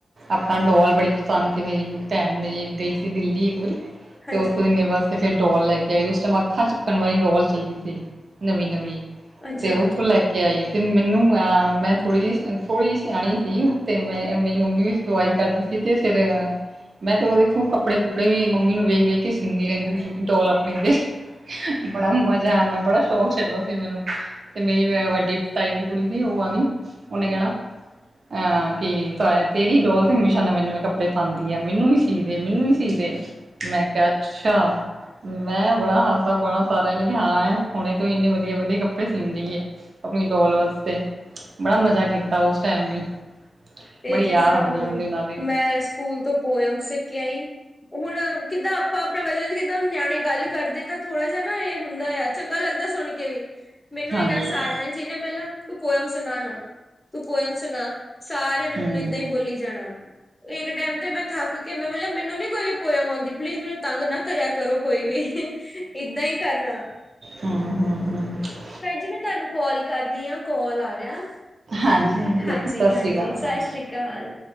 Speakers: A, on the right (about 65°); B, on the left (about 20°).
A: ਆਪਨਾ ਡੋਲ ਬੜੀ ਪ ਸੰਦ ਸੀ ਮੇਰੀ ਪੈਣ ਮੇਰੀ ਗਈ ਸੀ ਦਿੱਲੀ ਇੱਕ ਵਾਰੀ
B: ਹਾਂਜੀ
A: ਤੇ ਉਥੋਂ ਦੀ ਮੇਰੇ ਵਾਸਤੇ ਤੇ ਫਿਰ ਡੋਲ ਲੈ ਕੇ ਆਈ ਉਸ ਟਾਈਮ ਅੱਖਾਂ ਚੁੱਕਣ ਵਾਲੀ ਡੋਲ ਚੱਲੀ ਸੀ ਨਵੀ-ਨਵੀ।
B: ਅੱਛਾ
A: ਤੇ ਓਥੋਂ ਲੈ ਕੇ ਆਈ ਤੇ ਮੈਨੂੰ ਮੈਂ ਥੋੜ੍ਹੀ ਜੀ, ਥੋੜ੍ਹੀ ਜੀ ਸਿਆਣੀ ਸੀ, ਤੇ ਮੈਂ ਮੇਰੀ ਮੰਮੀ ਵੀ ਸਵਾਈ ਕਦਦੀ ਸੀ ਤੇ ਫਿਰ ਮੈਂ ਤੇ ਉਹਦੇ ਖੂਬ ਕੱਪੜੇ ਕੁੱਪੜੇ ਵੀ ਮੰਮੀ ਨੂੰ ਵੇਖ ਵੇਖ ਕੇ ਸੀਂਦੀ ਰਹਿੰਦੀ ਸੀਗੀ ਡੋਲ ਅਪਣੀ ਦੇ। ਬੜਾ ਮਜ਼ਾ ਆਨਾ, ਬੜਾ ਸ਼ੌਕ ਛੱਡਦਾ ਸੀ ਮੈਨੂੰ ਤੇ ਮੇਰੀ ਵੱਡੀ ਤਾਈ ਦੀ ਕੁੜੀ ਸੀ, ਉਹ ਆਨੀ ਉਹਨੇ ਕਹਿਣਾ ਅਹ ਕਿ ਤੇਰੀ ਡੋਲ ਤੇ ਹਮੇਸ਼ਾ ਨਵੇਂ-ਨਵੇਂ ਕੱਪੜੇ ਪਾਂਦੀ ਐ, ਮੈਨੂੰ ਵੀ ਸੀ ਦੇ, ਮੈਨੂੰ ਵੀ ਸੀ ਦੇ, ਮੈਂ ਕਿਹਾ ਅੱਛਾ, ਮੈਂ ਬੜਾ ਹਾਸਾ ਪਾਣਾ ਸਾਰਿਆਂ ਨੇ ਕਿ ਹਾਂ ਹੁਣੇ ਤੋਂ ਇੰਨੇ ਵਧੀਆ-ਵਧੀਆ ਕੱਪੜੇ ਸਿੰਦੀ ਏ ਆਪਣੀ ਡੋਲ ਵਾਸਤੇ, ਬੜਾ ਮਜ਼ਾ ਕੀਤਾ ਓਸ ਟਾਈਮ ਵੀ।
B: ਇਹ
A: ਬੜੀ ਯਾਦ
B: <unintelligible>
A: ਆਂਦੀ ਉਨ ਦਿਨਾਂ ਦੀ
B: ਮੈਂ ਸਕੂਲ ਤੋਂ ਪੋਇਮ ਸਿੱਖ ਕੇ ਆਈ, ਹੁਣ ਕਿੱਦਾਂ ਆਪਾਂ ਆਪਣਾ ਵਚਨ ਦੀ ਕਿੱਦਾਂ ਨਿਆਣੇ ਗੱਲ ਕਰਦੇ ਤਾਂ ਥੋੜਾ ਜਿਹਾ ਨਾ ਇਹ ਹੁੰਦਾ ਆ, ਚੰਗਾ ਲੱਗਦਾ ਸੁਣ ਕੇ ਵੀ ਮੈਨੂੰ
A: ਹਾਂਜੀ
B: ਇਨਾਂ
A: ਹੂੰ।
B: ਸਾਰਿਆਂ ਨੇ, ਜਿਨੇ ਮਿਲਨਾ ਤੂੰ ਪੋਇਮ ਸੁਨਾ ਨਾ, ਤੂੰ ਪੋਇਮ ਸੁਨਾ। ਸਾਰਿਆਂ ਨੇ
A: ਹੂੰ,
B: ਮੈਨੂੰ
A: ਹੂੰ-ਹੂੰ,
B: ਏਦਾਂ ਹੀ ਬੋਲੀ ਜਾਣਾ, ਇੱਕ ਟੈਮ ਤੇ ਮੈਂ ਥੱਕ ਫੇਰ ਮੈਂ ਬੋਲਿਆ ਮੈਨੂੰ ਨੀ ਕੋਈ ਪੋਇਮ ਆਉਂਦੀ, ਪਲੀਜ਼ ਮੈਨੂੰ ਤੰਗ ਨਾ ਕਰਿਆ ਕਰੋ ਕੋਈ ਵੀ। ਏਦਾਂ ਹੀ ਕਰਨਾ।
A: ਹਾਂ, ਹਾਂ, ਹਾਂ।
B: ਭੈਣ ਜੀ ਮੈਂ ਤੁਹਾਨੂੰ ਕੋਲ ਕਰਦੀ ਆਂ, ਕੋਲ ਆ ਰਿਹਾ। ਠੀਕ
A: ਹਾਂਜੀ-ਹਾਂਜੀ
B: ਐ ਜੀ, ਹਾਂਜੀ-ਹਾਂਜੀ
A: ਓਕੇ ਸਤਿ ਸ਼੍ਰੀ ਅਕਾਲ
B: ਸਤਿ
A: ਹਾਂਜੀ।
B: ਸ੍ਰੀ ਅਕਾਲ।